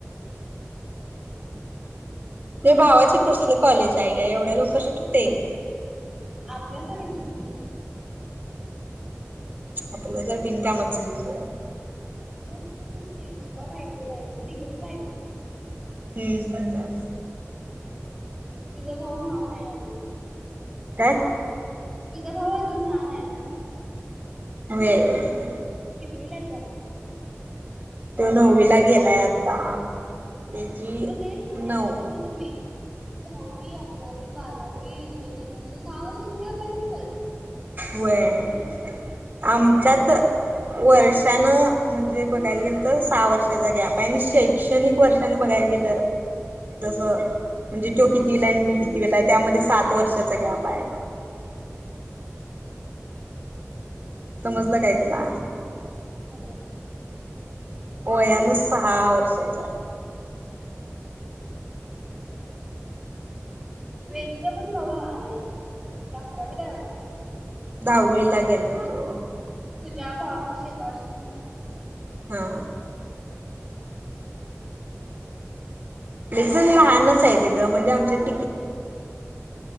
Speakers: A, on the right; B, in the centre.
A: ते भावाचे कसलं कॉलेज आहे काय एवढ्या लवकर सूटते.
B: आपल्यासारखच की.
A: आपलं तर बिनकामाचा झुप आहे.
B: हा मग आपलं तसच की बी कॉम आय टी ला होतो डिग्रीे ला आहे तू?
A: हम्म हम्म हम्म.
B: तिजा भाऊ लहान आहे अजून.
A: काय
B: तिजा भाऊ अजून लहान आहे ना.
A: वेगळं
B: कितीवीला आहे तो आता?
A: तो नववीला गेलाय आता.
B: <unintelligible>
A: त्याची नऊ
B: दहावी, अकरावी, बारावी, आणि हे तीन वर्ष. सहा वर्षाचा गॅप आहे तुमच्यात?
A: व्हय. आमच्यात वर्षान म्हणजे बघायला गेलं तर सहा वर्षाचा गॅप आहे, आणि शैक्षणिक वर्ष न बघायला गेलं जसं, म्हणजे तो कितवीला आहे न मी कितवीला आहे, त्यामध्ये सात वर्षाचा गॅप आहे.
B: हम्
A: समजलं काय तुला?
B: समजलं समजलं.
A: वयान सहा वर्षाचा आहे.
B: हम्म वेदीचा पण भाऊ लहान आहे. तो कितीला अकरावीला आहे वाटतं.
A: दहावीला गेलाय तो.
B: तुझ्या भावापेक्षा एका वर्षांनी मो
A: हा.
B: सायलीचा
A: एकदम लहानच
B: भाऊ
A: आहेत गं. म्हणजे आमच्या <unintelligible>